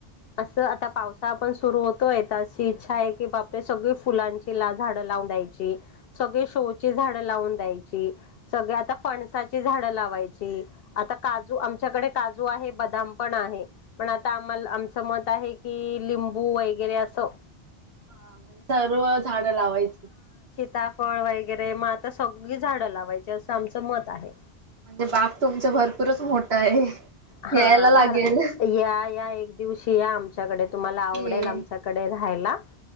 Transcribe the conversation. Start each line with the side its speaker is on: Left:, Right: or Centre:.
Left: असं आता पावसाळा पण सुरु होतोय तर अशी इच्छा आहे की बापरे सगळी फुलांची ला झाडं लावून द्यायची सगळे शोची झाड लावून द्यायची सगळ आता फणसाची झाड लावाय ची आता काजू आमच्याकडे काजू आहे बदाम पण आहे. पण आता आम्हाला आमचं मत आहे की लिंबू वैगेरे असं.
Right: हा म्हणजे सर्व झाडं लावायची.
Left: ता फळ वैगेरे मग आता सगळी झाडं लावायची असं आमचं मत आहे.
Right: म्हणजे बाग तुमच भरपूरच मोठ्ठ आहे.
Left: हा
Right: यायला लागेल
Left: घर या या एक दिवशी या आमच्याकडे
Right: नक्की
Left: तुम्हाला आवडेल
Right: येईन
Left: आमच्याकडे राहायला.